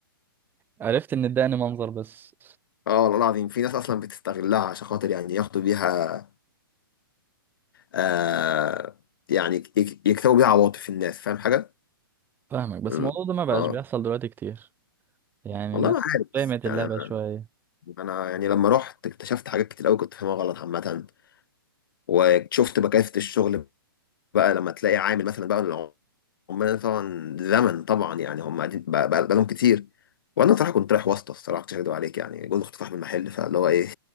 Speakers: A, on the right; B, on the left.
A: عرفت ان اداني منظر بس
B: اه والله العظيم في ناس اصلا بتستغلها عشان خاطر يعني ياخدوا بيها آه يعني يك- يكسبوا بيها عواطف الناس فاهم حاجه؟
A: فاهمك بس
B: ال-
A: الموضوع ده ما بقاش
B: اه
A: بيحصل دلوقتي كتير يعني
B: والله
A: الناس
B: ما عارف
A: فهمت
B: بس يعني
A: اللعبة
B: انا
A: شوية
B: أنا يعني لما رحت اكتشفت حاجات كتير قوي كنت فاهمها غلط عامه وشفت بكافه الشغل بقى لما تلاقي عامل مثلا بقى العم- عمال طبعا زمن طبعا يعني هم قاعدين بقى بقى بقالهم كتير وانا صراحه كنت رايح واسطه الصراحه مش هكدب عليك يعني جوز كنت صاحب المحل فاللي هو ايه